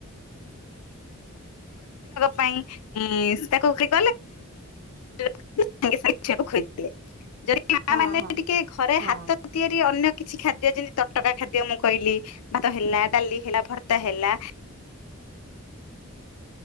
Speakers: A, on the left; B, on the right.
A: ପାଇଁ। <unintelligible> କୋଉ <unintelligible>
B: ହୁଁ
A: <unintelligible> ସାଙ୍ଗେ ସାଙ୍ଗେ ଛୁଆକୁ ଖୋଇଦେଲେ ଯଦି
B: ହଁ
A: ମା ମାନେ
B: ହଁ
A: ଟିକେ ଘରେ
B: ହଁ
A: ହାତ ତିଆରି ଅନ୍ୟ କିଛି ଖାଦ୍ୟ ଯେମିତି ତଟକା ଖାଦ୍ୟ ମୁଁ କରିଲି ଭାତ ହେଲା, ଡାଲି ହେଲା, ଭର୍ତ୍ତା ହେଲା